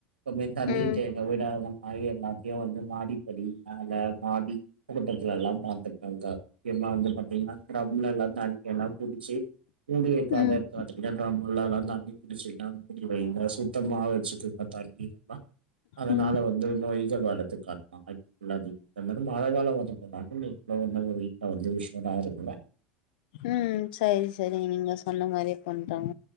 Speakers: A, on the right (about 85°); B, on the left (about 65°).
A: பமே தண்ணி
B: ம்
A: தேங்க விடாம அ எல்லாத்யு வந்து மாடிப்படி மேல மாடி விட்டத்துலலா பாத்துக்கங்க எல்லா வந்து பாத்தீங்ன்னா ட்ரம்ல ல்லா தண்ணி எல்லா புடிச்சு மூடி வெக்காத
B: ம்
A: இருக்காட்டா ட்ரம் உள்ளார்லா தண்ணி புடிச்சு தா தூக்கி வைங்க சுத்தமா வெச்சுக்குங்க தண்ணி அதனால
B: ம்
A: வந்து நோய் <unintelligible> மழ காலம் வந்து <unintelligible> வீட்ல வந்து விஷ் <unintelligible>
B: ம் சரி சரி நீங்க சொன்ன மாரியே பண்றாங்க